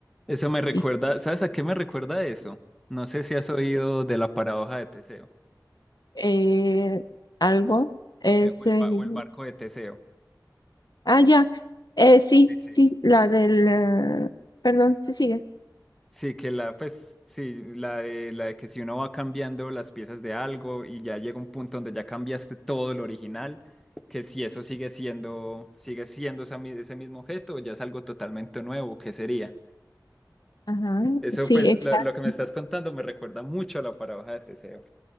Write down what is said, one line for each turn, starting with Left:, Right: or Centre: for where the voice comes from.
Centre: Eso me recuerda,
Left: y
Centre: ¿sabes a qué me recuerda eso? No sé si has oído de la paradoja de Teseo,
Left: eh, algo, es...
Centre: eh, o el,
Left: eh,
Centre: ba- o el barco de Teseo.
Left: ah, ya, eh, sí,
Centre: Sí, sí.
Left: sí, la del... eh, perdón, sí sigue.
Centre: Sí, que la, pues, sí, la de, la de que si uno va cambiando las piezas de algo y ya llega un punto donde ya cambiaste todo el original, que si eso sigue siendo, sigue siendo esa mi- ese mismo objeto, ya es algo totalmente nuevo, ¿qué sería?
Left: Ajá,
Centre: Eso,
Left: sí,
Centre: pues,
Left: exacto.
Centre: lo, lo que me estás contando me recuerda mucho a la paradoja de Teseo.